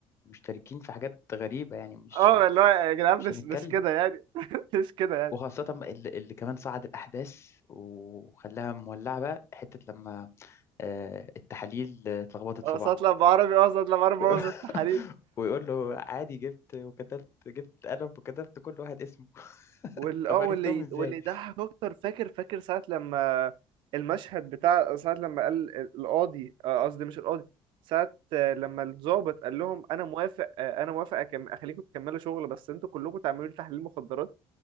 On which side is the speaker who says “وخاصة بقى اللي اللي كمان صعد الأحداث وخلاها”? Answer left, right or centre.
Left